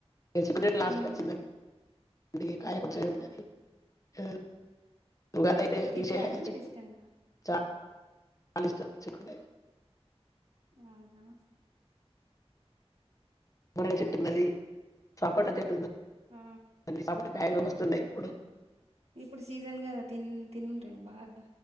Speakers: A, on the left; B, on the right.
A: ఇగ చికూడ్ లాస్ట్
B: హ్మ్.
A: కాచిన్
B: హ్మ్.
A: దా ఇగ కాయ కొంచమ్మే ఉన్నది ఏ ఉగాదైతే
B: తింటరా
A: తిసేయాలె
B: అండి మీరిష్టంగా?
A: చెట్టు చాన్ ఇష్టం చికూడ్కాయ
B: అవునా
A: పూల చెట్టు ఉన్నది సపోటా చెట్టు ఉన్నదా
B: ఆ!
A: సపోట కాయలు వస్తున్నాయి ఇప్పుడు
B: ఇప్పుడు సీజన్ కదా తిం తినుంరి బాగా